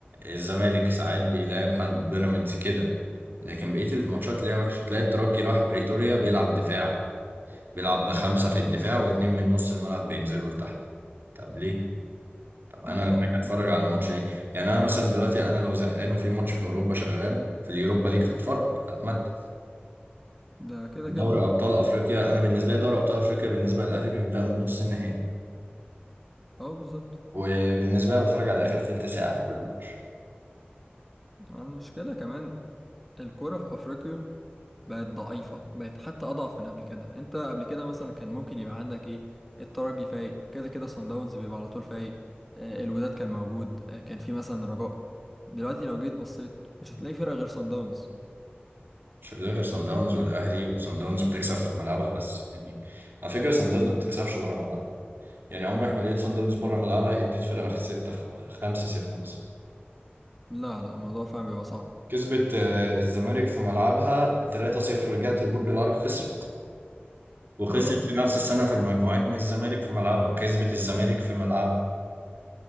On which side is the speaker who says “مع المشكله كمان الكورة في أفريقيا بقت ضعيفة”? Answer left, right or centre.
Centre